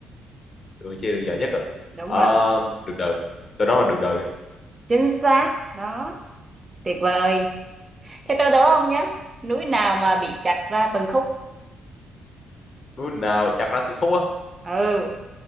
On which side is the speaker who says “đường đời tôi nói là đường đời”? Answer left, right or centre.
Left